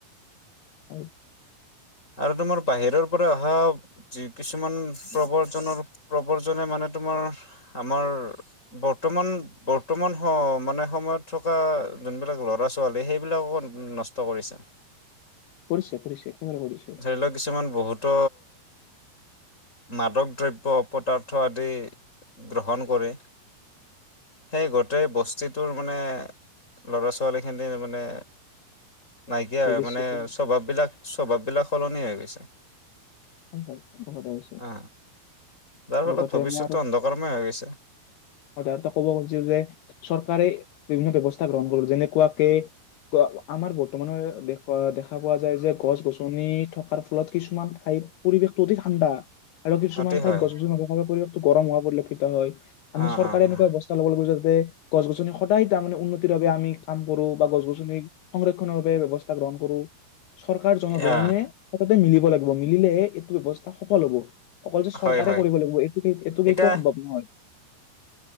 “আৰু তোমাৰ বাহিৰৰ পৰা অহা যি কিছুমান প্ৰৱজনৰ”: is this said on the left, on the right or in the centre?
Left